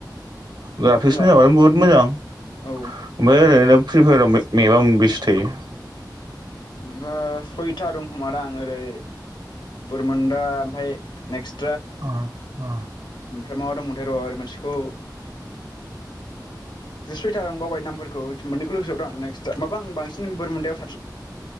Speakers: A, on the right; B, on the left.
A: ग्राफिक्स
B: बुंलाय
A: मोजांबानो बहुद मोजां ओमफ्राय
B: औ
A: ओरैनो प्रिफायाराव मे- मेबा मोनबैसे थायो?
B: नोङो सयथा दं खोम दां। ओरै बुर मोनदा ओमफफ्राय नेक्स्ट।
A: अ अ
B: फ्राय दंमोनथाय र आरो मोनस खौ सुइटार आं बावबाय नामफोर। खौ मोननैखौ'सो आं नेक्स् माबा आं बांसिन बोर मोनदा।